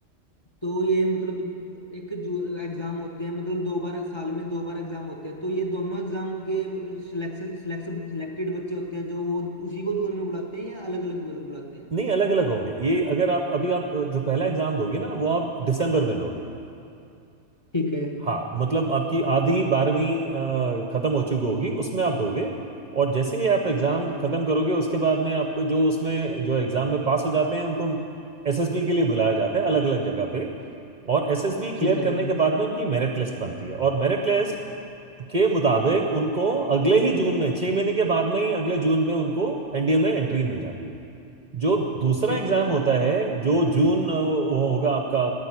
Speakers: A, on the left; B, on the right.
A: तो ये मतलब एक जू एग्जाम होते हैं मतलब दो बार साल में दो बार एग्जाम होते हैं तो ये दोनों एग्जाम के सिलेक्टेड बच्चे होते हैं जो वो उसी को जून में बुलाते हैं या अलग अलग बुलाते हैं
B: नहीं अलग अलग होंगे ये अगर आप अभी आप जो पहला एग्जाम दोगे ना वो आप दिसंबर में दोगे
A: ठीक है
B: हाँ मतलब आपकी आधी बारहवीं अ, खत्म हो चुकी होगी उसमें आप दोगे और जैसे ही आप एग्जाम
A: ठीक है
B: खत्म करोगे उसके बाद में आपको जो उसमें जो एग्जाम में पास हो जाते हैं उनको एसएसबी के लिए बुलाया जाता है अलग अलग जगह पे और एसएसबी क्लियर
A: ठीक है
B: करने
A: अंकल जी
B: के बाद में उनकी मेरिट लिस्ट बनती है और मेरिट लिस्ट के मुताबिक उनको अगले ही जून में छह महीने के बाद में ही अगले जून में उनको एनडीए में एंट्री मिल जाती है जो दूसरा
A: ठीक
B: एग्जाम
A: है अंकल
B: होता
A: जी
B: है जो जून अ, वो वो होगा आपका